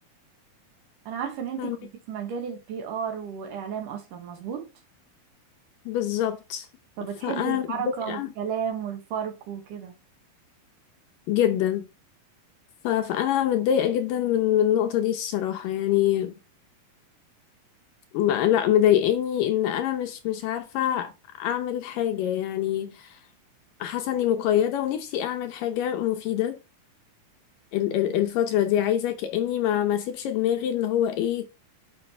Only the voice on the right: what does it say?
انا عارفة ان انت
كنت في مجال البي ار واعلام اصلا مظبوط
فبتحبي
الحركة
والكلام والفرق وكده